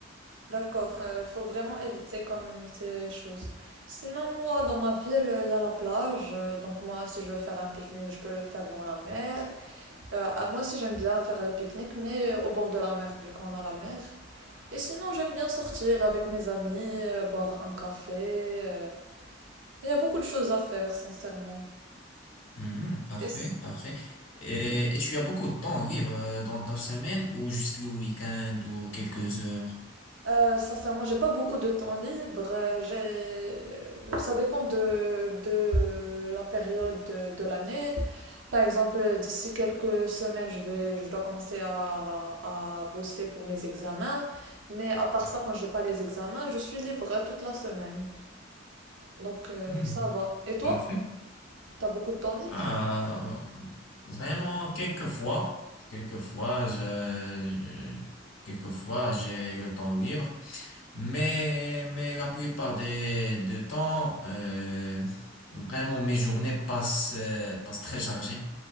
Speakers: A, on the right; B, on the left.
A: d'accord. Euh, faut vraiment éviter comme ces choses. Sinon, moi, dans ma ville, il y a la plage. euh, donc, moi, si je veux faire un pique-nique, je peux le faire dans la mer. Euh, ah, moi aussi, j'aime bien faire les pique-niques, mais au bord de la mer, vu qu'on a la mer. Et sinon, j'aime bien sortir avec mes amis, euh, boire un café. euh. Il y a beaucoup de choses à faire, sincèrement.
B: Mhm, parfait,
A: Et
B: parfait. Et, et tu as beaucoup de temps libre euh, dans ta semaine ou juste le week-end ou quelques heures?
A: Euh, sincèrement, j'ai pas beaucoup de temps libre. euh, J'ai... Ça dépend de, de la période de, de l'année. Par exemple, d'ici quelques semaines, je vais, je dois commencer à, à bosser pour mes examens. Mais à part ça, quand j'ai pas les examens, je suis libre euh, toute la semaine. Donc, euh,
B: Hmm,
A: ça va. Et toi,
B: parfait.
A: t'as beaucoup de temps libre?
B: Ah, vraiment, quelquefois, quelquefois, je, je- quelquefois, j'ai le temps libre, mais, mais la plupart des, de temps, euh, vraiment, mes journées passent, euh, passent très chargées.